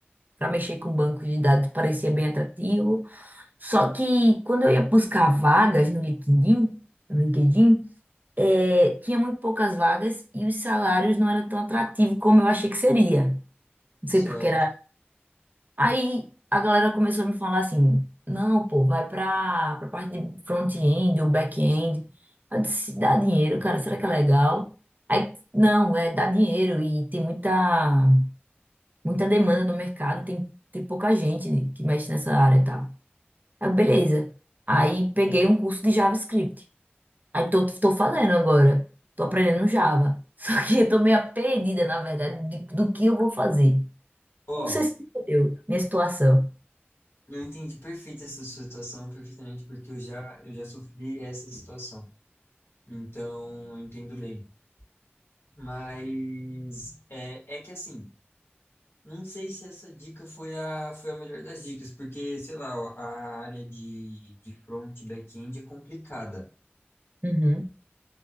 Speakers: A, on the right (about 45°); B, on the left (about 75°).
A: para mexer com banco de dados parecia bem atrativo. Só que quando eu ia buscar vagas no LinkedIn, no LinkedIn, eh, tinha muito poucas vagas e os salários não eram tão atrativos como eu achei que seria. Não sei
B: Certo.
A: porque Aí a galera começou a me falar assim: não, pô, vai pra, pra parte de front-end ou back-end. Eu disse: dá dinheiro, cara, será que é legal? Aí, não, é dá dinheiro e tem muita, muita demanda no mercado, tem, tem pouca gente que mexe nessa área e tal. Aí, beleza. Aí peguei um curso de JavaScript. Aí tô, tô fazendo agora, tô aprendendo Java. <laughs> Só que eu tô meio perdida, na verdade, de- do que eu vou fazer.
B: Ó,
A: Não sei se você entendeu minha situação.
B: eu entendi perfeito essa sua situação, perfeitamente, porque eu já, eu já sofri essa situação. Então, eu entendo bem. Mas é, é que assim, não sei se essa dica foi a, foi a melhor das dicas, porque, sei lá, ó, a área de, de front e back-end é complicada.
A: Uhum.